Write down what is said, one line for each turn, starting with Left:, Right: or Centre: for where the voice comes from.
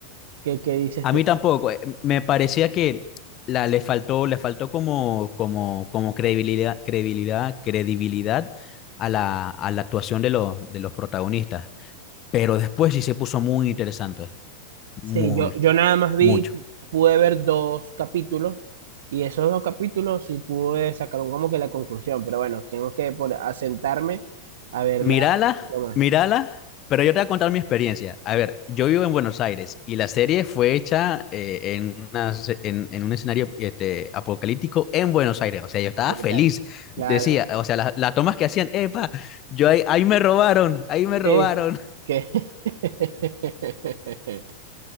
Right: ¿qué, qué dices
Left: a
Right: tú?
Left: mí tampoco, eh, me parecía que la, le faltó, le faltó como, como, como credibilidad, credibilidad, credibilidad a la, a la actuación de los, de los protagonistas. Pero después sí se puso muy interesante,
Right: Sí,
Left: muy,
Right: yo, yo nada más vi,
Left: mucho.
Right: pu- pude ver dos capítulos y esos dos capítulos sí pude sacar un- como que la conclusión. Pero bueno, tengo que poner- asentarme a verla
Left: Mírala,
Right: un poquito más.
Left: mírala, pero yo te voy a contar mi experiencia. A ver, yo vivo en Buenos Aires y la serie fue hecha eh, en, una se- en, en un escenario este, apocalíptico en Buenos Aires. O sea, yo estaba
Right: Ah, brutal.
Left: feliz.
Right: Claro.
Left: Decía, o sea, las las tomas que hacían, epa, yo ahí, ahí me robaron, ahí me robaron.
Right: Sí.
Left: <laughs>
Right: Que... <laughs>